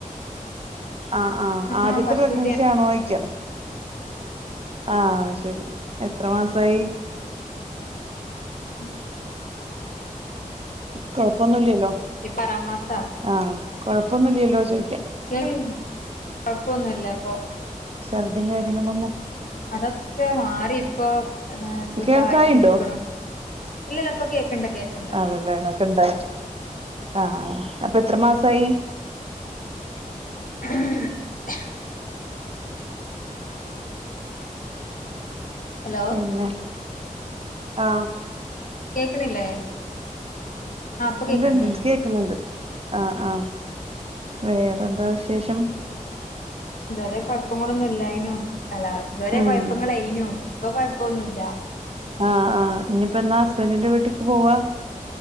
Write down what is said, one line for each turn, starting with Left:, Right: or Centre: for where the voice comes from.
Right: ആ് ആ ആ ആദ്യത്തെ
Left: ആഹ് ഫസ്റ്റ്ത്തെ
Right: പ്രഗ്നൻസി ആണൊയ്ക്ക? ആഹ് ശരി എത്ര മാസായി?
Left: <inaudible>
Right: കൊഴപ്പൊന്നുല്ല്യേലോ
Left: ഈ പറാമാസ
Right: ആഹ് കൊഴപ്പൊന്നുല്ല്യേലോ ചോയ്
Left: <unintelligible> കുഴപ്പോന്നില്ലിപ്പോ.
Right: ശർദ്ധിം കാര്വങ്ങള് ഒന്നും.
Left: അതൊക്കെ മാറി ഇപ്പോ സുഖമായിട്ടിരിക്കണോ
Right: കേൾക്കായിണ്ടോ
Left: ഇല്ലല്ല ഇപ്പൊ കേക്കണ്ട് കേക്കണ്ട്
Right: അതല്ലേ ഒക്കെണ്ടായി ആ അപ്പൊ എത്ര മാസായി?
Left: <unintelligible> ഹലോ
Right: പിന്നെ ആ.
Left: കേക്കണില്ലേ? ആ ഇപ്പൊ
Right: ഇണ്ട്
Left: കേക്കണ്ട്
Right: ഇണ്ട്
Left: കേക്കണ്ട്
Right: കേക്കുന്നുണ്ട് ആ ആ വേറെന്താ വിശേഷം
Left: <unintelligible> ഇല്ലായിനും അല്ല ഇതുവരെ
Right: ഉം
Left: കൊഴപ്പങ്ങളയ്നു ഇപ്പൊ കൊഴപ്പൊന്നുമല്ല
Right: ആ ആ ഇനിപ്പോ എന്നാ ഹസ്ബൻഡറിന്റെ വീട്ടേക്ക് പോവാ